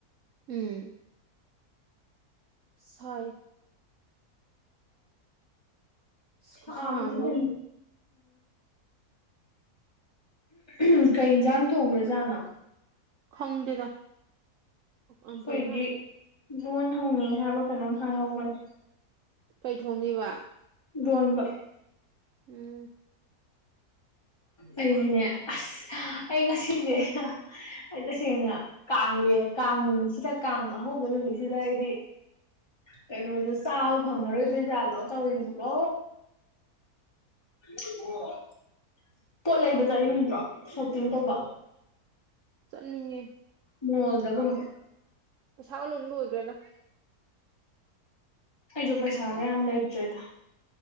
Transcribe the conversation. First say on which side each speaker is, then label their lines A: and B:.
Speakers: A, on the right; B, on the left.
A: ꯎꯝ ꯁ <unintelligible> ꯑꯁ ꯈꯨꯠꯁꯥ
B: ꯑꯥ ꯃ
A: ꯑꯃꯅꯤꯗ
B: ꯊ <unintelligible> ꯎꯝ ꯀꯩ ꯌꯦꯟꯖꯥꯡ ꯊꯣꯡꯕ꯭ꯔꯖꯥꯠꯅꯣ
A: ꯈꯪꯗꯦꯗ ꯑꯟꯇꯤꯅ
B: ꯑꯩꯈꯣꯏꯗꯤ ꯂꯣꯟ ꯍꯧꯅꯤ ꯍꯥꯏꯕ ꯀꯩꯅꯣꯝ ꯍꯥꯏꯍꯧꯕꯅꯤ
A: ꯀꯩꯊꯣꯡꯅꯦꯕ
B: ꯏꯔꯣꯟꯕ
A: ꯎꯝ
B: ꯑꯩꯗꯤꯅꯦ ꯑꯁ ꯑꯩ ꯉꯁꯤꯁꯦ ꯑꯩ ꯇꯁꯦꯡꯅ ꯀꯥꯡꯂꯦ ꯀꯥꯡ ꯅꯨꯃꯤꯠꯁꯤꯗ ꯀꯥꯡ ꯑꯍꯧꯕ ꯅꯨꯃꯤꯠꯁꯤꯗ ꯑꯩꯗꯤ ꯀꯩꯅꯣꯁꯦ ꯆꯥꯕ ꯐꯪꯉꯔꯣꯏꯗꯣꯏ ꯖꯥꯠꯂꯣ ꯇꯧꯔꯤꯁꯤ ꯀꯣ ꯑꯣ ꯄꯣꯠ ꯂꯩꯕ ꯆꯠꯅꯤꯡꯗ꯭ꯔꯣ ꯁꯣꯞꯄꯤꯡ ꯇꯧꯕ
A: ꯆꯠꯅꯤꯡꯉꯦ
B: ꯍꯗꯒꯨꯝꯕ
A: ꯄꯩꯁꯥꯒ ꯂꯣꯏ ꯂꯣꯏꯒ꯭ꯔꯦꯗ
B: ꯑꯩꯁꯨ ꯄꯩꯁꯥ ꯍꯥꯏꯒꯦ ꯑꯝ ꯂꯩꯖꯦꯗ